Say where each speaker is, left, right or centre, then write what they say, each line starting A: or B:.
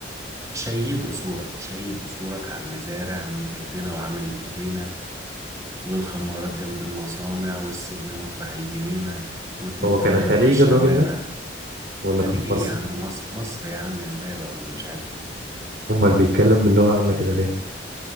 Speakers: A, on the right; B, on the right.
A: شيد أصولك شيد أصولك على المزارع من كدنا وعمل إيدينا والخمارات جنب المصانع والسجن مطرح الجنينة وطلق
B: هو كان
A: كلابك
B: خليجي
A: في الشوارع
B: الراجل ده ولا
A: خليجي
B: كان
A: ايه
B: مصري
A: يا عم مصر مصر يا عم امبابة ولا مش عارف مين
B: امال اللي بيتكلم باللغة عاملة كده ليه